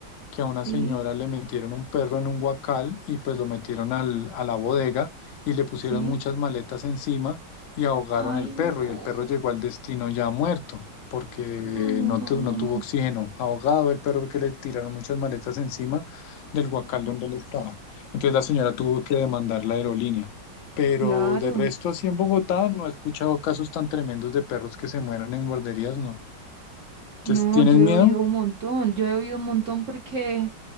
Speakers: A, on the left; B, on the right.
A: que a una
B: sí,
A: señora le metieron un perro en un guacal y pues lo metieron al- a la bodega y le pusieron
B: sí.
A: muchas maletas encima y ahogaron
B: Ay,
A: el perro
B: no,
A: y el perro llegó al destino ya muerto porque
B: no, no,
A: no,
B: no,
A: tu-
B: no,
A: no tuvo
B: no.
A: oxígeno, ahogado el perro porque le tiraron muchas maletas encima del guacal donde él estaba. Entonces la señora tuvo que demandar la aerolínea. Pero
B: Claro,
A: de resto, así en Bogotá no he escuchado casos tan tremendos de perros que se mueran en guarderías, no. Entonces,
B: no,
A: ¿tienes
B: yo he
A: miedo?
B: oído un montón, yo he oído un montón porque